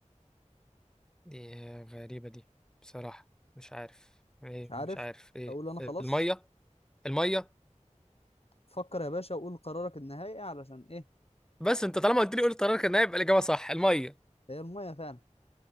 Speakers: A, in the centre; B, on the left (about 50°).
A: دي غريبة دي بصراحة مش عارف ايه
B: مش عارف
A: مش عارف ايه
B: اقول انا خلاص
A: المية المية
B: فكر يا باشا وقول قرارك النهائي علشان ايه
A: بس انت طالما قلت لي قلت قرار كان هيبقى الإجابة صح المية
B: هي المية فعلا